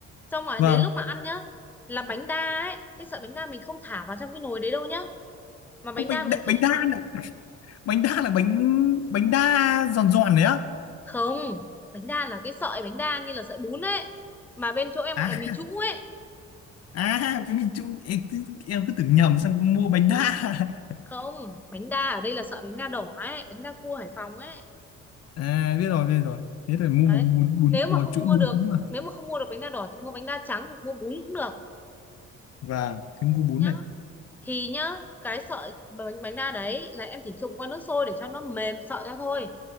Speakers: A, in the centre; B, on the left.
A: xong rồi
B: Vâng.
A: đến lúc mà ăn nhá là bánh đa ấy cái sợi bánh đa mình không thả vào trong cái nồi đấy đâu nhá mà bánh
B: Ô, bánh
A: đa mình
B: đa-
A: chỉ
B: bánh đa là bánh đa là bánh bánh đa giòn giòn đấy á.
A: không bánh đa là cái sợi bánh đa như là sợi bún ấy mà bên chỗ em
B: À
A: gọi là mì trũ ấy
B: à cái mình chung em cứ, em cứ tưởng nhầm sang mua bánh đa. <laughs>
A: không bánh đa ở đây là sợi bánh đa đỏ ấy bánh đa cua Hải Phòng ấy
B: À biết rồi biết rồi. Thế là mua
A: đấy
B: bún bún bún
A: nếu mà
B: bún
A: không
B: trũng
A: mua
B: bún
A: được
B: trũng
A: nếu mà không mua được bánh đa đỏ thì mua bánh đa trắng hoặc mua bún cũng được
B: vâng cái mũ bún
A: nhá
B: này
A: thì nhá cái sợi bánh bánh đa đấy là em chỉ trụng qua nước sôi để cho nó mềm sợi ra thôi